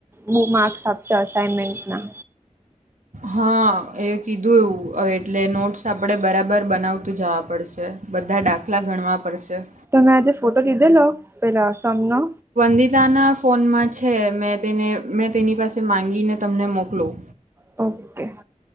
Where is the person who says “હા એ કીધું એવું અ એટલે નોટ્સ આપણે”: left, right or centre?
Right